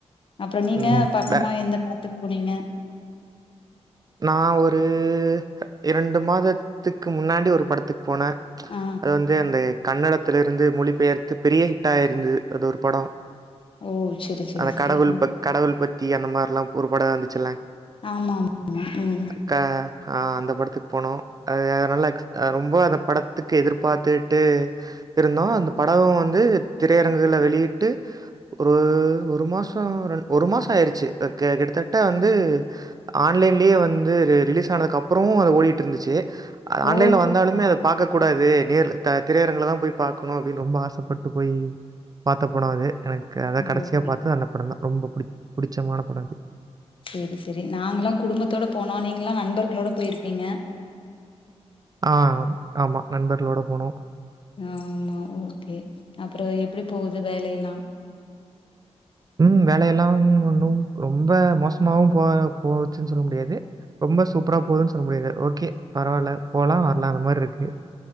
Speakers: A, on the left (about 50°); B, on the right (about 35°).
A: அப்பறோ நீங்க
B: ம்
A: பக்கமா
B: வே
A: எந்த படத்துக்கு போனீங்க
B: நா ஒரு இரண்டு மாதத்துக்கு முன்னாடி ஒரு படத்துக்கு போன
A: ஆ
B: அது வந்து அந்த கன்னடத்துல இருந்து மொழி பெயர்த்து பெரிய ஹிட் ஆயிருந்தது அது ஒரு படோ
A: ஓ செரி செரி
B: அந்த
A: செரி
B: கடவுள்
A: ம்
B: பக் கடவுள் பத்தி அந்த மாரில்லா ஒரு படோ வந்துச்சுல
A: ஆமா ஆமா ம்
B: க ஆ அந்த படத்துக்கு போனோ அ அதனால ரொம்ப அந்த படத்துக்கு எதிர்பார்த்துட்டு இருந்தோ அந்த படோ வந்து திரையரங்குகள வெளியிட்டு ஒரு ஒரு மாசோ ரெண் ஒரு மாசோ ஆயிருச்சு க கிட்டத்தட்ட வந்து ஆன்லைன்லயே வந்து ரிலீஸ் ஆனதுக்கு அப்பறோ அது ஓடிட்டு இருந்துச்சு ஆன்லைன்ல
A: ஓ
B: வந்தாலுமே அது பாக்க கூடாது நேர்ல த திரையரங்கள தா போய் பாக்கணு அப்டின்னு ரொம்ப ஆசப்பட்டு போய் பாத்த படோ அது எனக்கு அத கடைசியா
A: ஓகே
B: பாத்தது அந்த படோ தா ரொம்ப புடி புடிச்சமான படோ அது
A: சேரி சேரி நாங்கலா குடும்பத்தோட போனா நீங்களா நண்பர்களோட போயிருப்பீங்க
B: ஆ ஆமா நண்பர்களோட போனோ
A: ஆமா ஓகே அப்பறோ எப்படி போது வேலை எல்லா
B: ம் வேலையெல்லாம் ஒன்னும் ரொம்ப மோசமாவும் போ போச்சுன்னு சொல்ல முடியாது ரொம்ப சூப்பரா போதுன்னு சொல்ல முடியாது ஓகே பரவாயில்ல போலா வரலா அந்த மாறி இருக்கு